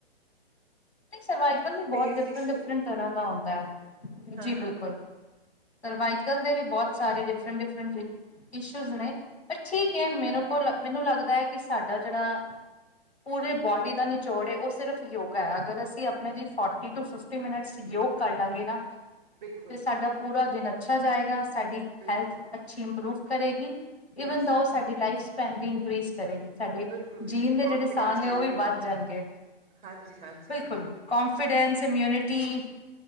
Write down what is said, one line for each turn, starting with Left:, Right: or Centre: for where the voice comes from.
Left: ਸਰਵਾਈਕਲ
Right: ਸਪੇਸ
Left: ਵੀ ਬੋਤ ਡਿਫਰੈਂਟ,
Right: ਇਸ਼ੂ
Left: ਡਿਫਰੈਂਟ ਤਰ੍ਹਾਂ ਦਾ ਹੁੰਂਦਾ ਐ, ਜੀ
Right: ਹਾਂ ਹਾਂ
Left: ਬਿਲਕੁਲ ਸਰਵਾਈਕਲ ਦੇ ਵੀ ਬਹੁਤ ਸਾਰੇ ਡਿਫਰੈਂਟ, ਡਿਫਰੈਂਟ ਜੀ ਇਸ਼ੂਜ ਨੇ, ਪਰ ਠੀਕ ਐ, ਮੇਂਰੇਕੋ, ਮੈਨੂੰ ਲੱਗਦਾ ਐ, ਕਿ ਸਾਡਾ ਜਿਹੜਾ ਪੂਰੇ ਬੋਡੀ ਦਾ ਨਿਚੋੜ, ਉਹ ਸਿਰਫ ਯੋਗਾ ਹੈ ਅਗਰ ਅਸੀਂ ਆਪਣੇ ਲਈ ਫੋਰਟੀ ਟੂ, ਫਿਫਟੀ ਮਿਨਟਸ ਯੋਗ ਕਰ ਲਾਂਗੇ ਨਾ
Right: ਬਿਲਕੁਲ
Left: ਤੇ ਸਾਡਾ ਪੂਰਾ ਦਿਨ ਅੱਛਾ ਜਾਏਗਾ, ਸਾਡੀ
Right: ਬਿਲਕੁਲ
Left: ਹੈਲਥ ਅੱਛੀ ਇੰਪਰੂਵ ਕਰੇਗੀ ਈਵਨ
Right: ਯੈਸ
Left: ਦਾ, ਉਹ ਸਾਡੀ ਲਾਈਫ ਸਪੈਨ ਵੀ ਇਨਕਰੀਜ਼ ਕਰੇਗੀ ਸਾਡੇ,
Right: ਬਿਲਕੁਲ ਬਿਲਕੁਲ
Left: ਜੀਣ ਦੇ
Right: ਕੌਨਫੀਡੈਂਸ
Left: ਜਿਹੜੇ ਸਾਲ ਨੇ,
Right: ਬਿਲਡ
Left: ਉਹ ਵੀ
Right: ਹੋਏਗਾ
Left: ਵੱਧ ਜਾਣਗੇ
Right: ਹਾਂਜੀ ਹਾਂਜੀ
Left: ਬਿਲਕੁਲ
Right: ਹਾਂਜੀ
Left: ਕੋਂਫਿਡੈਂਸ,
Right: ਠੀਕ
Left: ਇਮਿਊਨਿਟੀ,
Right: ਹੈ